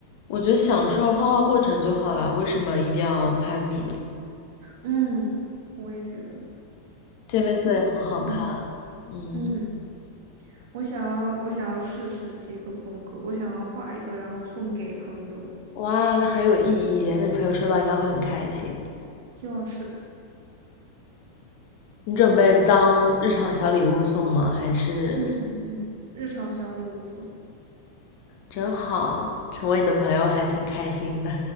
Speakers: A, on the left; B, on the right.
A: 我觉得享受画画过程就好啦，为什么一定要攀比呢？
B: 嗯，我也觉得，
A: 渐变色也很好看啊，
B: 因为嗯
A: 嗯，
B: 嗯，我想要我想要试试这个风格，我想要画一个，然后送给朋友，
A: 哇，那很有意义那你朋友收到应该会很开心。
B: 希望是吧？
A: 你准备当日常小礼物送吗？还是
B: 嗯嗯嗯，日常小礼物送。
A: 真好，成为你的朋友还挺开心的。